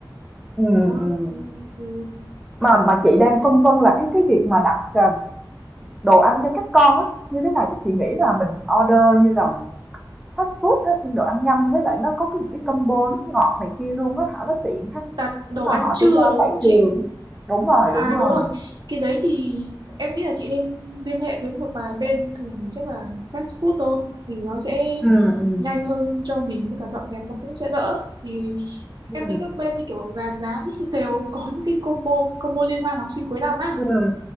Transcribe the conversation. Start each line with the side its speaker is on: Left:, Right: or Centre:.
Centre: ừ.
Right: Đó.
Centre: ừm.
Right: ừ, ừ.
Centre: Mà mà chị đang phân vân là cái cái việc mà đặt, à, đồ ăn cho các con á, như thế nào? Chắc chị nghĩ là mình order như là fast food ha, nhưng đồ ăn nhanh với lại nó có cái những cái combo nước ngọt này kia luôn á, Thảo, nó tiện ha.
Right: Đặt đồ
Centre: Và
Right: ăn
Centre: họ
Right: trưa
Centre: sẽ giao
Right: đúng
Centre: tại
Right: không chị?
Centre: trường. Đúng rồi,
Right: À
Centre: đúng rồi.
Right: đúng rồi. Cái đấy thì em nghĩ là chị nên liên hệ với một vài bên thường thì chắc là fast food thôi thì nó sẽ
Centre: ừ ừ
Right: nhanh hơn cho mình với cả dọn dẹp nó cũng sẽ đỡ thì
Centre: ừ
Right: em thấy các bên như kiểu gà rán ý, <laughs> đều có những cái combo combo liên hoan học sinh cuối năm á
Centre: ừm.